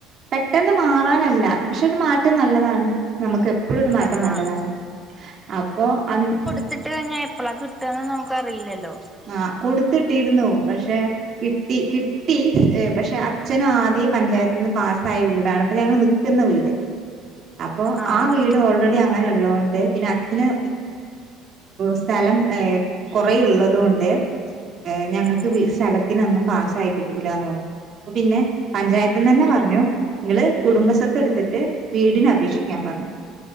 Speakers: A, on the right; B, in the centre.
A: പെട്ടെന്ന് മാറാനല്ല പക്ഷെ ഒരു മാറ്റം നല്ലതാണ്. നമുക്ക് എപ്പഴും ഒരു മാറ്റം
B: ആഹ്
A: നല്ലതാണ്. അപ്പൊ അന്ന്
B: ഇത്തിട്ട് കഴിഞ്ഞാ എപ്പഴാ കിട്ടുവന്ന് നമുക്കറിയില്ലല്ലോ.
A: ആഹ് കൊടുത്തിട്ടിരുന്നു പക്ഷെ കിട്ടി കിട്ടി. പക്ഷെ അച്ഛന് ആദ്യേ പഞ്ചായത്ത് നിന്ന് പാസ്സായ വീടാണ്. അപ്പൊ ഞങ്ങള് നിക്കുന്ന വീട്. അപ്പൊ
B: ആഹ്
A: ആ വീട് ഓൾറെഡി അങ്ങനെ ഉള്ളതൊണ്ട് പിന്നെ അച്ഛന് സ്ഥലം കുറെള്ളതുകൊണ്ട് ഏ ഞങ്ങക്ക്
B: ഉം
A: സ്ഥലത്തിനൊന്നും പാസ്സായി കിട്ടൂല്ലാന്ന് പറഞ്ഞു. അപ്പൊ പിന്നെ പഞ്ചായത്ത്ന്നന്നെ പറഞ്ഞു. നിങ്ങള് കുടുംബസ്വത്തെടുത്തിട്ട് വീടിന് അപേക്ഷിക്കാൻ പറഞ്ഞു.